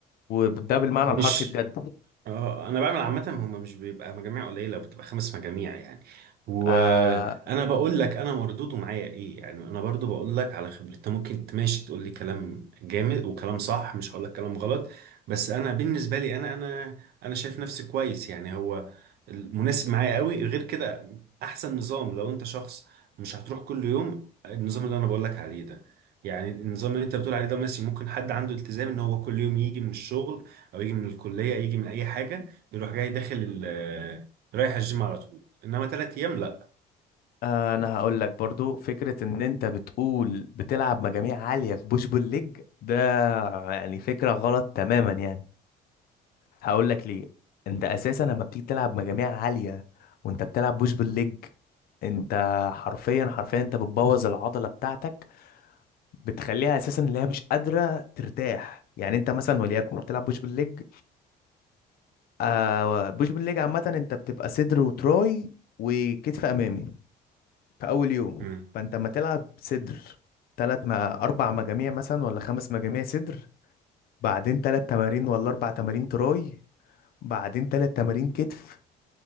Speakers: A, on the left; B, on the right.
A: وده بالمعنى
B: مش
A: الحرفي بجد
B: اه انا بعمل عامه هم مش بيبقى مجاميع قليله بتبقى خمس مجاميع يعني وانا
A: آه
B: بقول لك انا مردوده معايا ايه يعني انا برضو بقول لك على خبرتي انت ممكن تماشي تقول لي كلام جامد وكلام صح مش هقول لك كلام غلط بس انا بالنسبه لي انا انا انا شايف نفسي كويس يعني هو مناسب معايا قوي غير كده احسن نظام لو انت شخص مش هتروح كل يوم النظام اللي انا بقول لك عليه ده يعني النظام اللي انت بتقول عليه ده ماشي ممكن حد عنده التزام ان هو كل يوم يجي من الشغل او يجي من الكليه يجي من اي حاجه يروح جاي داخل ال- آه، رايح الجيم على طول انما ثلاث ايام لا
A: آه، انا هقول لك برضو فكره ان انت بتقول بتلعب مجاميع عاليه في بوش بول ليج ده يعني فكره غلط تماما يعني هقول لك ليه انت اساسا لما بتيجي تلعب مجاميع عاليه وانت بتلعب بوش بول ليج انت حرفيا حرفيا انت بتبوظ العضله بتاعتك بتخليها اساسا اللي هي مش قادره ترتاح يعني انت مثلا وليكن بتلعب بوش بالليج آه بوش بالليج عامه انت بتبقى صدر وتراي وكتف امامي في اول يوم
B: مم.
A: فانت ما تلعب صدر تلات ما اربع مجاميع مثلا ولا خمس مجاميع صدر بعدين تلات تمارين ولا اربع تمارين تراي بعدين تلات تمارين كتف